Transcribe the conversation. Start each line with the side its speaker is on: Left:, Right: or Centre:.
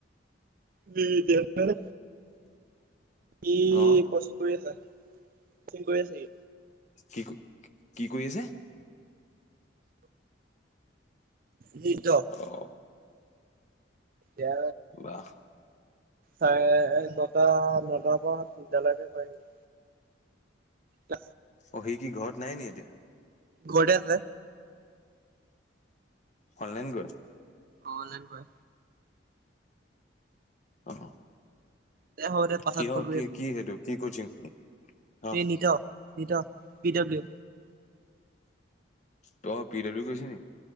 Right: বিে <unintelligible> ই
Left: অ
Right: পৰচং <unintelligible> কৰি আছা পৰচং <unintelligible> কৰি আছা সি।
Left: কি, কি কৰি আছে?
Right: নিদ <unintelligible>
Left: অ
Right: এয়া
Left: বাহ
Right: চাৰে নটা, নটাৰ পৰা তিনটা লেকে কৰে নেকি। ত
Left: অ' সি কি ঘৰত নাই নি এতিয়া?
Right: ঘোৰটে আছে।
Left: অনলাইন কৰে?
Right: অনলাইন কৰে।
Left: অ'।
Right: দে হ'ব দে পাছত
Left: কিহৰ,
Right: কল কৰি
Left: কি,
Right: আছো
Left: কি সেইটো কি কচিং? অ
Right: এই নিত, নিত, পি ডাব্লিউ।
Left: তই পিডাব্লিউ কৈছে নি?